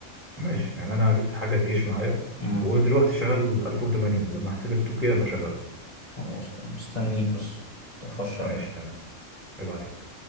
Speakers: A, in the centre; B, on the left (about 30°).
A: ماشي يعني انا جبت حاجه تعيش معايا
B: امم
A: ودلوقتي شغال 1080 لما احتاج ال 2K ابقى شغال
B: خلاص تمام. مستنيك
A: بس
B: بس متأخرش عليا
A: ماشي تمام عيب عليك